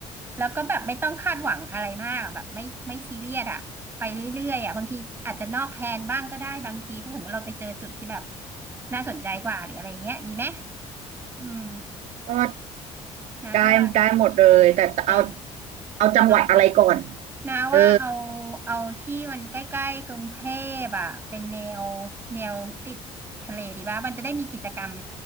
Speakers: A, on the right (about 20°); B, on the right (about 75°).
A: แล้วก็แบบไม่ต้องคาดหวังอะไรมากแบบไม่ไม่ซีเรียสอะไปเรื่อยๆอะบางทีอาจจะนอกแผนบ้างก็ได้บางทีถ้าสมมติเราไปเจอจุดที่แบบน่าสนใจกว่าหรืออะไรเงี้ยดีไหมอืม
B: ก็
A: นะก็ว่า
B: ได้ได้หมดเลยแต่เอา
A: เออ
B: เอาจังหวัดอะไรก่อน
A: เอานาว่าเอา
B: เออ
A: เอาที่มันใกล้ๆกรุงเทพอ่ะเป็นแนวแนวติดทะเลดีป่ะมันจะได้มีกิจกรรม